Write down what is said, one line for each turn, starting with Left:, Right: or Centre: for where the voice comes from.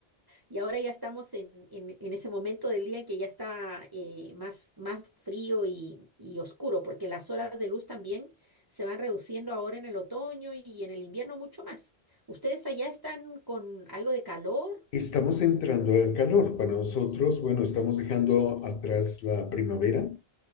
Right: y ahora ya estamos en, en- en ese momento del día en que ya está eh, más, más frío y, y oscuro, porque las horas de luz también se van reduciendo ahora en el otoño y en el invierno mucho más. ¿Ustedes allá están con algo de calor?
Left: Estamos entrando al calor. Para nosotros, bueno, estamos dejando atrás la primavera